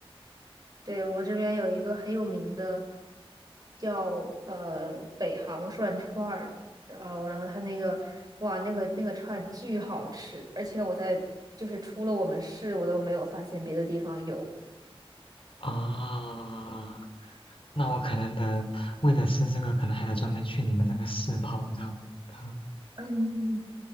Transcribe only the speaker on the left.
啊，那我可能得为了吃这个，可能还得专门去你们那个市跑一趟。<laughs>